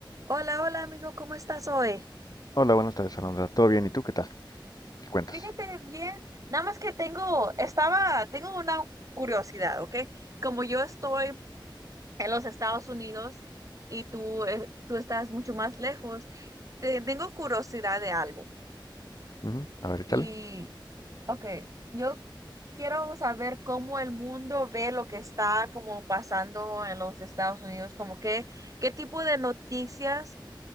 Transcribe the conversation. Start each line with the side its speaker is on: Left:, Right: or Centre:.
Right: Hola, hola amigo, ¿cómo estás hoy?
Left: Hola, buenas tardes, Alondra. ¿Todo bien? ¿Y tú qué tal? ¿Qué cuentas?
Right: Fíjate bien, nada más que tengo, estaba, tengo una curiosidad, ¿ok? Como yo estoy en los Estados Unidos y tú, eh, tú estás mucho más lejos, te- tengo curiosidad de algo.
Left: Ujú, A ver, échale.
Right: Y, ok, yo quiero saber cómo el mundo ve lo que está como pasando en los Estados Unidos, como qué, qué tipo de noticias